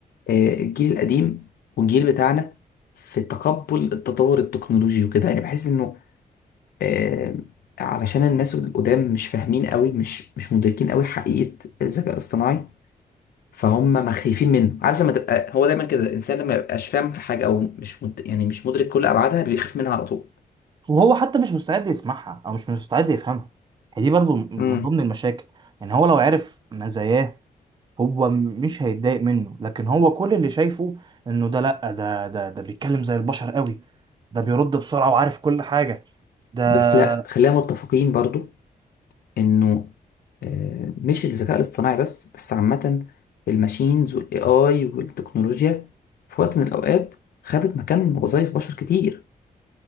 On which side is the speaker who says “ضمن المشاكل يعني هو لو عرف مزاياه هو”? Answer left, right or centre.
Right